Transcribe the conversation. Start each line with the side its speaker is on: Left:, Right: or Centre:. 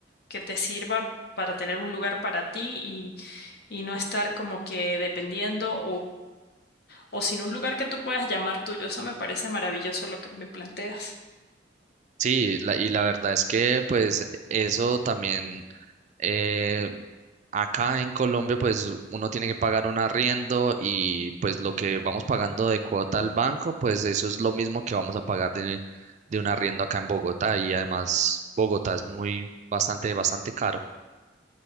Left: que te sirva para tener un lugar para ti y y no estar como que dependiendo o sin un lugar que tú puedas llamar tuyo. Eso me parece maravilloso lo que me planteas.
Right: Sí, la- y la verdad es que pues eso también eh, acá en Colombia pues uno tiene que pagar un arriendo y pues lo que vamos pagando de cuota al banco pues eso es lo mismo que vamos a pagar de, de un arriendo acá en Bogotá y además Bogotá es muy bastante bastante caro